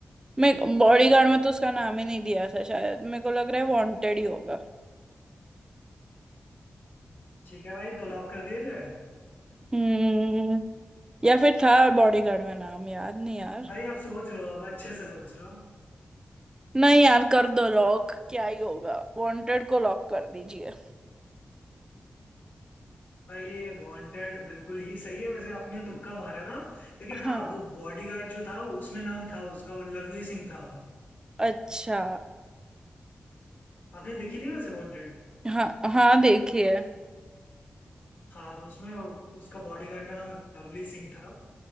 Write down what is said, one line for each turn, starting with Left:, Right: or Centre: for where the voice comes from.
Right: मैं बॉडीगार्ड में तो उसका नाम ही नहीं दिया था शायद मेरे को लग रहा है वांटेड ही होगा
Left: ठीक है भाई तो लॉक कर दिया जाए
Right: हम्म या फिर था बॉडीगार्ड में नाम याद नहीं यार
Left: भाई आप सोच लो अब अच्छे से सोच लो
Right: नहीं यार कर दो लॉक क्या ही होगा वांटेड को लॉक कर दीजिए
Left: भाई ये वांटेड बिल्कुल ही सही है वैसे आपने तुक्का मारा था लेकिन
Right: हाँ
Left: हाँ वो बॉडीगार्ड जो था उसमें नाम था उसका वो लवली सिंह था
Right: अच्छा
Left: आपने देखी थी वैसे वांटेड
Right: हाँ हाँ देखिए
Left: हाँ तो उसमें उसका बॉडीगार्ड का नाम लवली सिंह था